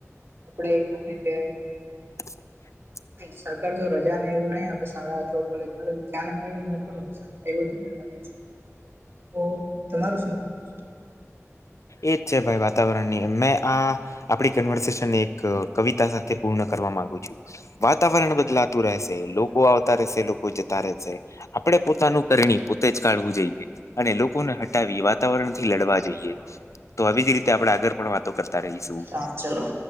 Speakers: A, on the right; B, on the left.
A: આપડે કેવાય ને કે,
B: <unintelligible>
A: સરકાર જો રજાને એવું નઈ આપે શાળા અથવા કોલેજમાં તો જાનહાનિનું મોટું નુકસાન. એવું જ મને લાગે છે, તો તમારું શું માનવું છે?
B: એજ છે ભાઈ વાતાવરણની મેં આ આપણી કન્વર્સેશન એક કવિતા સાથે પૂર્ણ કરવા માંગુ છું. વાતાવરણ બદલાતું રહેશે લોકો આવતા રહેશે લોકો જતા રહેશે આપડે પોતાનું કરણી પોતે જ કાઢવું જોઈએ અને લોકોને હટાવી વાતાવરણથી લડવા જોઈએ. તો આવી જ રીતે આપણે આગળ પણ વાતો કરતા રહીશું.
A: હા ચલો.